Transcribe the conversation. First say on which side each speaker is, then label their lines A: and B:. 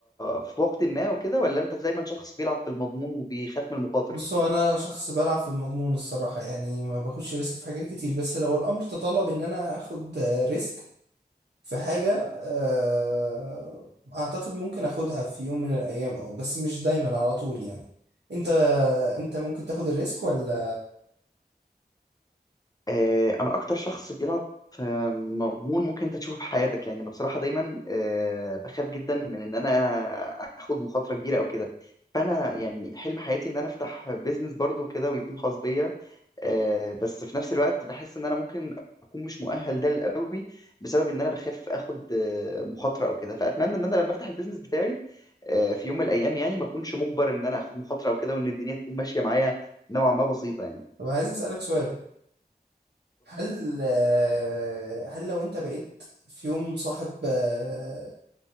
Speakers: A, on the left (about 20°); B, on the right (about 80°).
A: في وقت ما وكده ولا انت دايما شخص بيلعب في المضمون وبيخاف من المخاطر
B: بص هو انا شخص بلعب في المضمون الصراحه يعني ما باخدش ريسك في حاجات كتير بس لو الامر تطلب ان انا اخد ريسك في حاجة آه، أعتقد ممكن أخدها في يوم من الأيام أه بس مش دايما على طول يعني أنت أنت ممكن تاخد الريسك ولا
A: آه، انا اكتر شخص بيلعب في مضمون ممكن انت تشوفه في حياتك يعني انا بصراحه دايما آه، بخاف جدا من ان انا اخد مخاطره كبيره او كده فانا يعني حلم حياتي ان انا افتح بيزنس برضو كده ويكون خاص بيا آه، بس في نفس الوقت بحس ان انا ممكن اكون مش مؤهل ده قوي بسبب ان انا بخاف اخد آه، مخاطره او كده فاتمنى ان انا لما افتح البيزنس بتاعي آه، في يوم من الايام يعني ما اكونش مجبر ان انا اخد مخاطره او كده وان الدنيا تكون ماشيه معايا نوعا ما بسيطه يعني
B: طب عايز أسألك سؤال هل آه، هل لو أنت بقيت في يوم صاحب آه،